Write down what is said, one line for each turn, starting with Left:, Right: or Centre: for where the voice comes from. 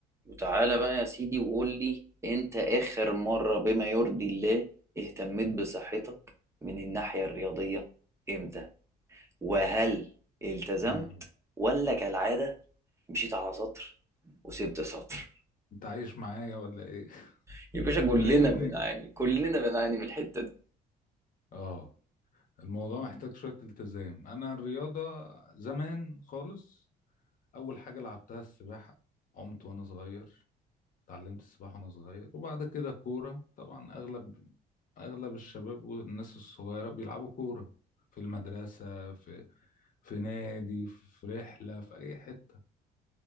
Right: وتعالى بقى يا سيدي وقول لي انت اخر مرة بما يرضي الله اهتميت بصحتك من الناحية الرياضية امتى وهل التزمت
Left: مم.
Right: ولا كالعادة مشيت على سطر وسبت سطر
Left: انت عايش معايا ولا ايه <laughs>
Right: <laughs> يا باشا
Left: انت
Right: كلنا
Left: مراقبني
Right: بنعاني كلنا بنعاني من الحتة دي
Left: اه الموضوع محتاج شوية التزام انا الرياضة زمان خالص اول حاجة لعبتها السباحة عمت وانا صغير اتعلمت السباحة وانا صغير وبعد كده كورة طبعا اغلب اغلب الشباب والناس الصغيرة بيلعبوا كورة في المدرسة في في نادي في رحلة في اي حتة